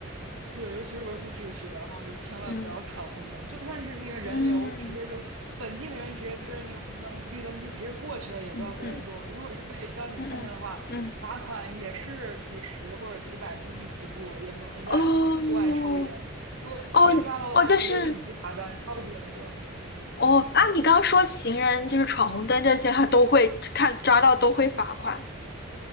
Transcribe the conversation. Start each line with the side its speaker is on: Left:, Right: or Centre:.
Right: 对，尤其是维护秩序，然后就是千万不要闯红灯，
Left: 嗯
Right: 就算是那个人流，
Left: 嗯
Right: 直接就本地的人直接跟着那个红灯、绿灯就直接过去了，也不要跟人做。
Left: 嗯嗯
Right: 如果是被交警看见的话，
Left: 嗯嗯嗯，
Right: 罚款也是几十或者几百新币起步，也不能在户外抽烟。
Left: 哦
Right: 如果被抓到的话，
Left: 哦哦，就是
Right: 直接给你记罚单，超级严格。
Left: 哦啊，你刚刚说行人就是闯红灯这些，他都会看抓到都会罚款。